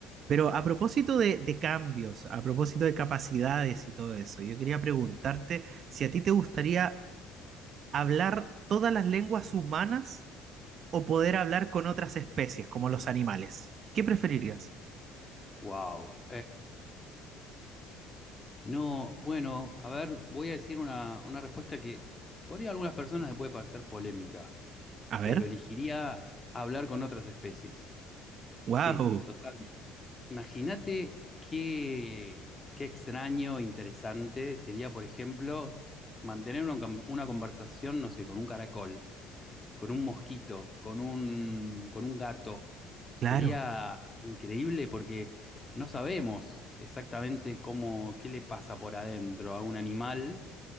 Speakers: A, on the right; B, on the left.
A: Pero a propósito de, de cambios, a propósito de capacidades y todo eso, yo quería preguntarte si a ti te gustaría hablar todas las lenguas humanas o poder hablar con otras especies, como los animales. ¿Qué preferirías?
B: Wow. No, bueno, a ver, voy a decir una, una respuesta que por ahí a algunas personas le puede parecer polémica,
A: A ver.
B: pero elegiría hablar con otras especies.
A: Wow.
B: Sí, total. Imagínate qué, qué extraño, interesante sería, por ejemplo, mantener una, con- una conversación, no sé, con un caracol con un mosquito, con un, con un gato. Sería
A: Claro,
B: increíble porque no sabemos exactamente cómo, qué le pasa por adentro a un animal